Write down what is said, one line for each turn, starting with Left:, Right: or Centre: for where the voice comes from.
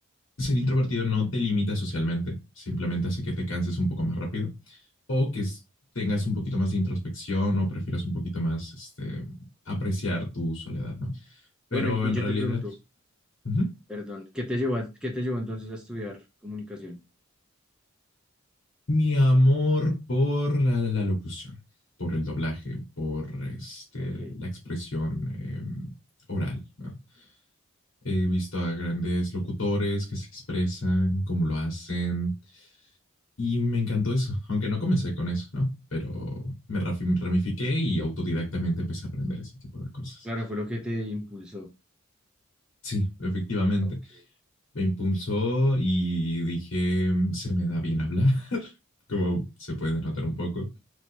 Left: ser introvertido no te limita socialmente, simplemente hace que te canses un poco más rápido o que es- tengas un poquito más de introspección o prefieras un poquito más este, apreciar tu soledad, ¿no? Pero
Centre: Bueno, y, y
Left: en
Centre: yo
Left: realidad,
Centre: te pregunto,
Left: ujú,
Centre: Perdón, ¿qué te llevó, a- qué te llevó entonces a estudiar comunicación?
Left: mi amor por la, la- la locución, por el doblaje, por este,
Centre: Ok,
Left: la expresión eh, oral, ¿no? He visto a grandes locutores que se expresan, cómo lo hacen, y me encantó eso, aunque no comencé con eso, ¿no? Pero me rafi- ramifiqué y autodidactamente empecé a aprender ese tipo de cosas.
Centre: claro, fue lo que te impulsó.
Left: Sí, efectivamente.
Centre: Ok.
Left: me impulsó y dije, "Mm, se me da bien hablar, <laughs> como se puede notar un poco.